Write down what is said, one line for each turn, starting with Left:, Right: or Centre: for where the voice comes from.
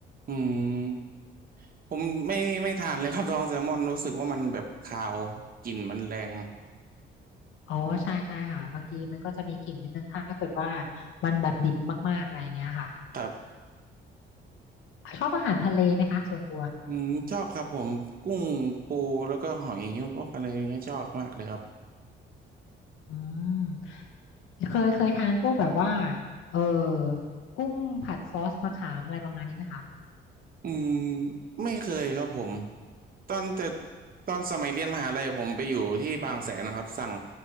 Right: อืมผมไม่ไม่ทานเลยครับ <laughs> ท้องแซลมอนรู้สึกว่ามันแบบคาวกลิ่นมันแรง
Left: อ๋อใช่ใช่ค่ะบางทีมันก็จะมีกลิ่นนิดนึงถ้าเกิดว่ามันแบบดิบมากๆอะไรอย่างเงี้ยค่ะ
Right: ครับ
Left: ชอบอาหารทะเลไหมคะส่วนตัว
Right: อืมชอบครับผมกุ้งปูแล้วก็หอยพวกอะไรอย่างเงี้ยชอบมากเลยครับ
Left: อืมเคยเคยทานพวกแบบว่าเออกุ้งผัดซอสมะขามอะไรประมาณนี้ไหมคะ
Right: อืมไม่เคยครับผมตอนแต่ตอนสมัยเรียนมหาลัยผมไปอยู่ที่บางแสนนะครับสั่ง